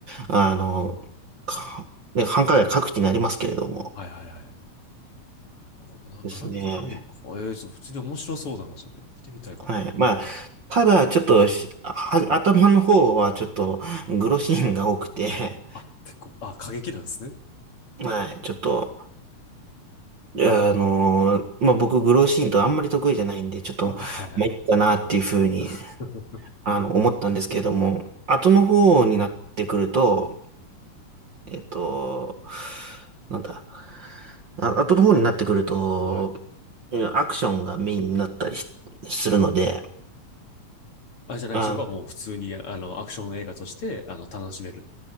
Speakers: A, on the right; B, on the left.
A: あの、か、ね、繁華街各地になりますけれども。
B: はいはいはい。なるほどな。ブラックトレインか。
A: ですね。
B: ええー、ちょっと普通に面白そうだな、それ。見てみたいかも。
A: はい。まあ、ただ、ちょっとし、は、頭の方はちょっと、グロシーンが多くて、
B: あ、結構、あ、過激なんですね。
A: はい、ちょっと、あのまあ、僕、グローシーンとあんまり得意じゃないんで、ちょっと、
B: <laughs> はいはいはい。
A: まあ、いっかなっていうふうに、
B: <laughs>
A: あの、思ったんですけれども、後の方になってくると、えっと、なんだ、あ、後の方になってくると、
B: はい。
A: うんアクションがメインになったりしするので、
B: あ、じゃあなんかそこはもう普通に、
A: あ、
B: あの、アクション映画として、あの、楽しめる